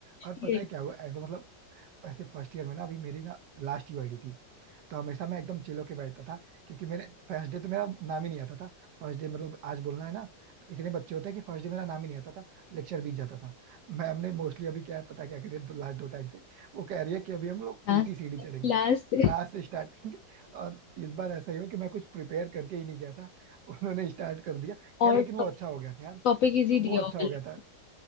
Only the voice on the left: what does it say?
ये
क्लास
क्लास
से
<laughs> और
टॉपिक
इजी दिया
होगा
लेकिन